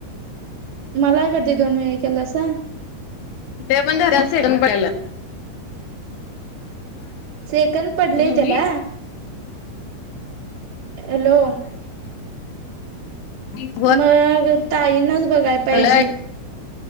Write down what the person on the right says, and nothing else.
माला कधी दोन वेळ केलासा!
सेकंद पडलेय त्याला
हॅलो
मग ताईनच बघाय पाहिजे.